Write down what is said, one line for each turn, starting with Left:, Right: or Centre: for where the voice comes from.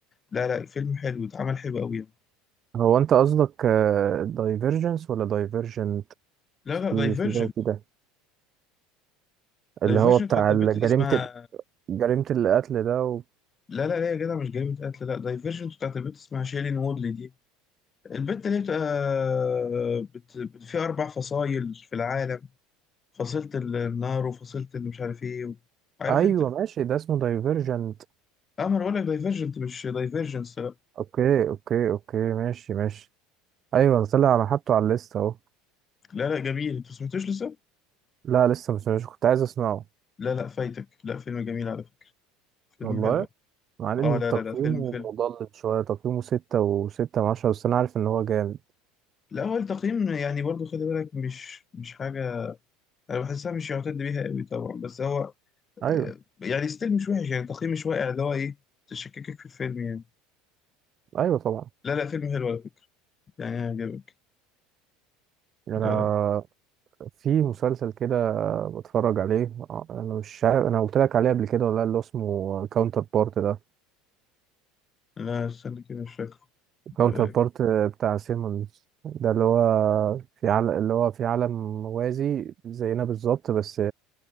Left: لا لا الفيلم حلو اتعمل حلو أوي يعني.
Right: هو انت قصدك دايفرجنس ولا دايفرجنت
Left: لا
Right: في
Left: لا دايفرجنت
Right: في ده وفي ده اللي
Left: دايفرجنت
Right: هو بتاع
Left: بتاعت البنت
Right: جريمة
Left: اللي اسمها
Right: جريمة القتل ده و...
Left: لا لا لا يا جدع مش جريمة قتل لا دايفرجنت بتاعت البنت اسمها شيلين وودلي دي البنت اللي بتبقى آه، بت... بت... في أربع فصايل في العالم فصلت النار وفصلت اللي مش عارف ايه و... عارف
Right: ايوه
Left: انت
Right: ماشي ده اسمه دايفرجنت
Left: اه ما انا بقول لك دايفرجنت مش دايفرجنس لا
Right: اوكي اوكي اوكي ماشي ماشي ايوه ده طلع انا حاطه على الليست اهو
Left: لا لا، جميل انت ما سمعتوش لسه
Right: لا لسه مش مش كنت عايز اسمعه
Left: لا لا فايتك لا فيلم جميل على فكرة فيلم
Right: والله
Left: حلو أوي.
Right: مع ان
Left: اه لا
Right: تقييمه
Left: لا لا فيلم فيلم
Right: مضلل شوية تقييمه ستة وستة من عشرة بس انا عارف ان هو جامد
Left: لا هو التقييم يعني برضو خلي بالك مش مش حاجة انا بحسها مش يعتد بيها قوي طبعا بس هو
Right: ايوه
Left: آه، يعني ستيل مش وحش يعني التقييم مش واقع اللي هو ايه تشككك في الفيلم يعني
Right: ايوه طبعا
Left: لا لا فيلم حلو على فكرة يعني هيعجبك
Right: انا
Left: ده
Right: في مسلسل كده بتفرج عليه انا مش عارف انا قلت لك عليه قبل كده ولا لأ، اللي هو اسمه كاونتر بارت ده
Left: لا استنى كده مش فاكره
Right: كاونتر
Left: اه
Right: بارت بتاع سيمونز ده اللي هو في عالم اللي هو في عالم موازي زينا بالظبط بس